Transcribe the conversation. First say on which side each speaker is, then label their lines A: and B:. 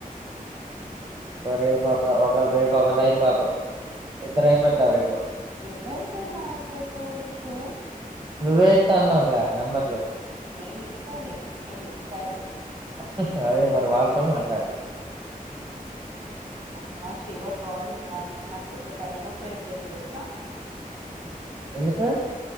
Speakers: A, on the right; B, on the right.
A: రే రేపు ఒక వకలు రేపు ఒకలై అయిపోతరు. ఇద్దరు అయిపోద రేపు
B: ఎవరతో మాట్లాడతావ్ రేపు?
A: నువేతాన్నాగా నంబర్ లు
B: నేను ఇస్తాలే నేను ఇస్తాలే
A: మాస్కత్త అదే మరి వాళ్ళతో మాట్లాడతా
B: అమ్మా శివ కాల్స్ మాత్రం నాకు పెద్ద తలనొప్పయ్ పోయింది తెలుసా?
A: ఎందుకు